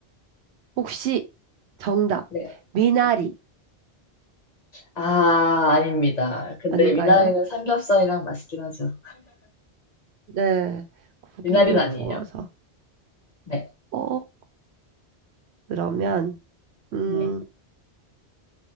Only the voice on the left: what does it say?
네.
네. 아, 아닙니다. 근데
미나리는 삼겹살이랑 맛있긴 하죠.
미나리는 아니에요.
네,
네.